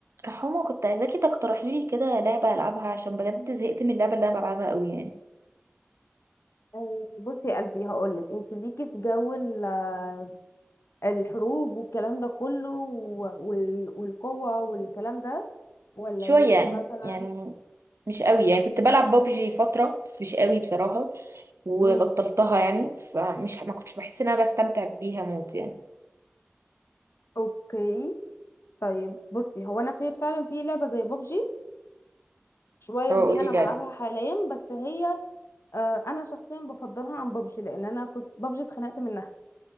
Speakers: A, on the right (about 80°); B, on the left (about 75°).
A: حمو كنت عايزاكي تقترحي لي كده لعبة ألعبها عشان بجد زهقت من اللعبة اللي أنا بلعبها قوي يعني
B: آه، بصي يا قلبي هقولك انت ليكي في جو ال- آه، الحروب والكلام ده كله و- وال- والقوة والكلام ده ولا
A: شوية
B: ليكي
A: يعني
B: مثلا
A: يعني مش قوي يعني كنت بلعب بابجي فترة بس مش قوي بصراحة وبطلتها
B: امم
A: يعني فمش ما كنتش بحس إن أنا بستمتع بيها موت يعني
B: اوكي طيب بصي هو انا في فعلا في لعبة زي ببجي شوية
A: اه
B: دي
A: قولي
B: انا
A: لي
B: بلعبها
A: عليه
B: حاليا بس هي آه، انا شخصيا بفضلها عن ببجي لان انا كنت ببجي اتخنقت منها